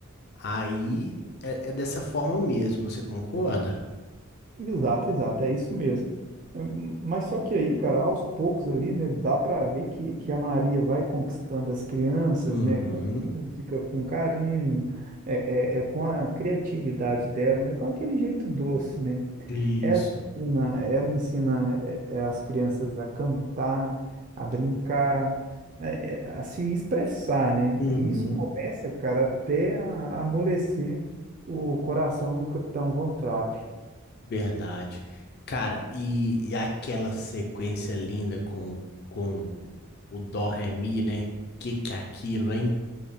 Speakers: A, on the left; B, on the right.
A: Aí é, é dessa forma mesmo, você concorda?
B: Exato, exato, é isso mesmo. Hum, Mas só que aí, cara, aos poucos ali, né, dá para ver que, que a Maria vai conquistando as crianças,
A: Uhum.
B: né, com música, com carinho, é, é, é, com a criatividade dela, né, com aquele jeito doce, né?
A: Isso.
B: Ela ensina, ela ensina eh, eh, as crianças a cantar, a brincar, eh, eh, a se expressar, né?
A: Uhum.
B: E isso começa, cara, até a a amolecer o coração do Capitão Von Trapp.
A: Verdade. Cara, e, e aquela sequência linda com, com o Dó Ré Mi, né? Que que é aquilo, hein?